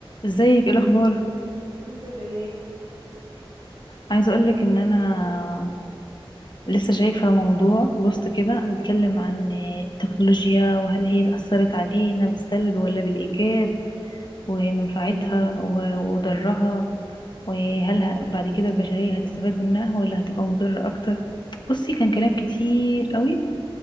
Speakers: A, on the left; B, on the right.
A: ازيك ايه الاخبار
B: الحمد لله
A: عايزه اقولك ان انا لسه شايفه موضوع بوست كده بيتكلم عن التكنولوجيا وهل هي اثرت علينا بالسلب ولا بالايجاب ومنفعتها
B: امم
A: و- وضرها وهل ه- بعد كده البشريه هتستفاد منها ولا هتبقى مضره اكتر بصي كان كلام كتير قوي